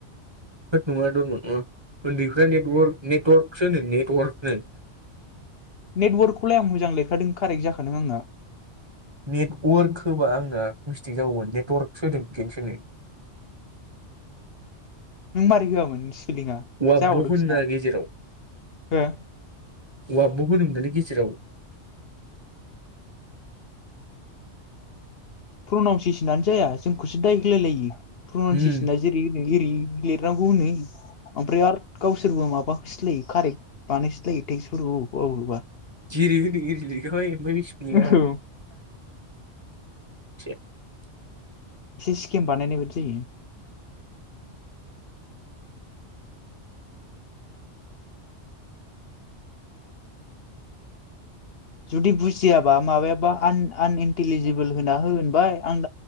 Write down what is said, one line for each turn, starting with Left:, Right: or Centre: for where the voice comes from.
Right: होद नङा दरमाहा नङा उन्दैफ्रा नेथवारक नेटवार्कसो नेटवार्कनो
Left: नेटवार्कखौलाय आं मोजां लेरखादों कारेक्ट जाखादों आंना
Right: नेटवारक होबा आंना मिस्टेक जागौमोन नेटवार्कसो होदों खेबसेनो
Left: नों मारै होआमोन सिपिलिंआ
Right: वाबब'
Left: जाबावदोंसोना
Right: होना गेजेराव
Left: हो
Right: वाब' होदों होनदोंलै गेजेराव
Left: प्रनाउनसिसनानो जाया जोंखौसो दाय होलायलायो प्रनाउनसियेसना
Right: उम
Left: जेरै होदों एरै लिरनांगौ होनो ओमफ्राय आरो गावसोरबो माबा होलायो कारेक्ट बानायफिनलायो टेक्सफोरफोरखौ अबेखौबा अबेखौबा
Right: जेरै होदों एरै लिरखाबाय ओमफ्राय बिसिफिनना
Left: अबेबा
Right: <unintelligible> <unintelligible>
Left: एसे स्किम बानायनाय बादि जायो जुदि बुजिया बा माबायाबा आन आन इन्टिलिजिबोल होना हो होनबाय आं